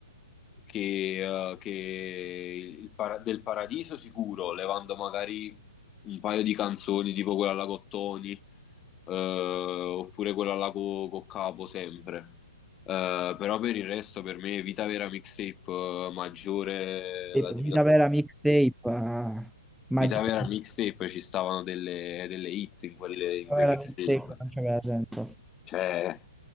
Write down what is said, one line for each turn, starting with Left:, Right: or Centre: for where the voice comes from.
Left: che, eh, che il para- del Paradiso sicuro, levando magari un paio di canzoni tipo quella alla Cottoni, eh, oppure quella alla Co- Coccapo sempre. Eh, però per il resto per me Vita Vera Mixtape eh, maggiore
Centre: e
Left: la Divina
Centre: Vita vera
Left: Commedia.
Centre: mixtape, eh, maggiore.
Left: Vita Vera Mixtape ci stavano delle, delle hit in, quelle- in
Centre: No,
Left: quei
Centre: Era
Left: mixtape
Centre: milkshake, non c'aveva senso.
Left: cioè